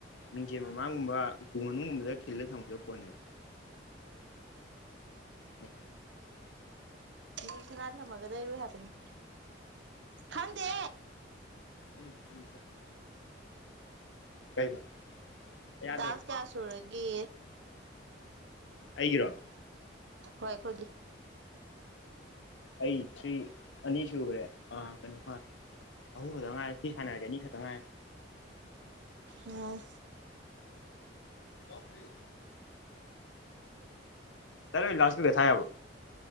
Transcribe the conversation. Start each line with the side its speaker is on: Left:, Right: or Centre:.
Left: ꯃꯤꯡꯖꯦ ꯃꯃꯥꯡꯒꯨꯝꯕ ꯎꯄꯨ ꯃꯅꯨꯡꯒꯨꯝꯕꯗ ꯈꯤꯜꯂ ꯊꯝꯒꯗꯕ ꯄꯣꯠꯅꯦꯕ ꯎ
Right: ꯅ ꯁꯅꯥ ꯊꯝꯃꯒ ꯂꯩꯔꯣꯏ ꯍꯥꯏꯕꯅꯤ ꯈꯪꯗꯦ
Left: ꯎꯝ ꯎ ꯀꯩꯕ ꯌꯥꯗꯕ
Right: ꯇꯥꯁ ꯀꯌꯥ ꯁꯨꯔꯒꯦ
Left: ꯑꯩꯒ꯭ꯔꯣ
Right: ꯍꯣꯏ ꯑꯩꯈꯣꯏꯒꯤꯦ
Left: ꯑꯩ ꯊ꯭ꯔꯤ ꯑꯅꯤ ꯁꯨꯕ꯭ꯔꯦ ꯑꯥ ꯀꯩꯅꯣ ꯐ ꯑꯍꯨꯝ ꯈꯗꯪ ꯉꯉꯔ ꯁꯤ ꯈꯥꯅꯦꯅꯤ ꯈꯇꯉ
Right: ꯑꯣ
Left: ꯣꯏ ꯆꯔꯦ ꯂꯥꯁꯗꯦ ꯊꯥꯏ ꯑꯕꯣ